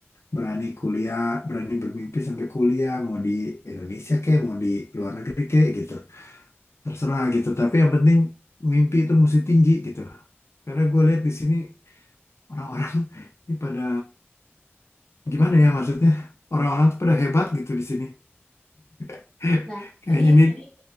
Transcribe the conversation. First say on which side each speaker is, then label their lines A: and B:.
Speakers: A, on the left; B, on the left.
A: berani kuliah, berani bermimpi sampai kuliah, mau di Indonesia kek, mau di luar negeri kek gitu. Terserah gitu, tapi yang penting mimpi itu mesti tinggi gitu. Karena gue lihat di sini orang-orang <laughs> ini pada gimana ya maksudnya orang-orang tuh pada hebat gitu di sini <laughs>
B: Nah,
A: kayaknya
B: ini
A: ini
B: ini